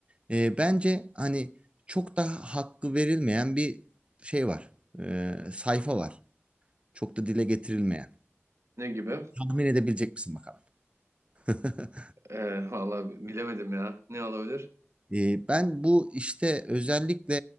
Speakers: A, on the right (about 25°); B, on the right (about 75°).
A: e, bence hani çok daha hakkı verilmeyen bir şey var E, sayfa var çok da dile getirilmeyen.
B: Ne gibi?
A: Tahmin edebilecek misin bakalım? <laughs>
B: E, vallahi bilemedim ya. Ne olabilir?
A: E, ben bu işte özellikle